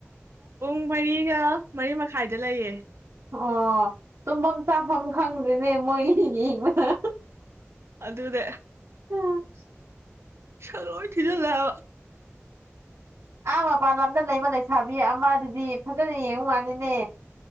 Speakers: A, on the right (about 65°); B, on the right (about 85°).
A: ꯄꯨꯡ ꯃꯔꯤꯒ ꯃꯔꯤ ꯃꯈꯥꯏꯗ ꯂꯩꯌꯦ
B: ꯑꯣ ꯇꯨꯝꯐꯝ ꯆꯥꯐꯝ ꯈꯪꯗ꯭ꯔꯤꯅꯦ ꯃꯣꯏ ꯌꯦꯡꯕꯗ
A: ꯑꯗꯨꯗꯦ
B: ꯎꯝ
A: ꯆꯂꯣ ꯊꯤꯁ
B: ꯑꯥ ꯃꯄꯥꯟ ꯂꯝꯗ ꯂꯩꯕ ꯂꯩꯁꯥꯕꯤ ꯑꯃ ꯑꯗꯨꯗꯤ ꯐꯖꯅ ꯌꯦꯡꯉꯨ ꯃꯥꯅꯤꯅꯦ